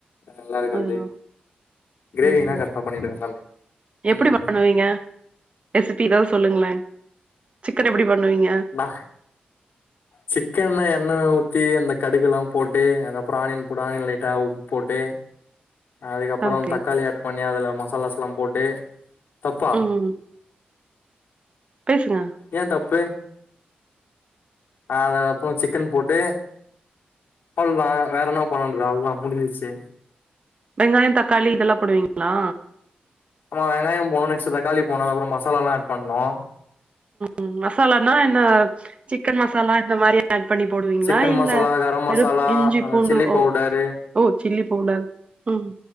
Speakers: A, on the left (about 75°); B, on the right (about 35°).
A: நல்லா இருக்காது
B: அதுவா
A: கிரேவினா
B: ம்
A: கரெக்டா பண்ணிடுவ எல்லாமே
B: எப்படி
A: ம்
B: பண்ணுவீங்க ரெசிபிலாம் சொல்லுங்களே சிக்கன் எப்டி பண்ணுவீங்க?
A: ந சிக்கன் என்ன ஊத் த்தி அந்த கடுகு எல்லா போட்டு அப்புறம் ஆனியன் லைட்டா உப்பு போட்டு அதுக்கப்பறம்
B: ஓகே.
A: தக்காளி ஆட் பண்ணி அதுல மசாலாசல்லாம் போட்டு தப்பா
B: ம் பேசுங்க.
A: ஏன் தப்பு அது அப்புறம் சிக்கன் போட்டு அவ்வளதான் வேற என்னா பண்ண வேண்டியது அவ்வளவுதான் முடிஞ்சிச்சு
B: வெங்காயோ தக்காளி இதெல்லாம் போடுவீங்களா
A: ஆமா வெங்காயம் போடணும் நெக்ஸ்ட் தக்காளி போடணும் அக்கப்புறம் மசால எல்லாம் ஆட் பண்ணணும்
B: உம் மசாலானா என்ன சிக்கன் மசாலா இந்த மாதிரி ஆட் பண்ணி போடுவீங்களா
A: சிக்கன்
B: இல்ல
A: மசாலா கரம்
B: வெறு
A: மசாலா
B: இஞ்சி
A: அந்த
B: பூண்டு
A: சில்லி
B: ஓ
A: பவுடரு
B: ஓ சில்லி பவுடர் உம்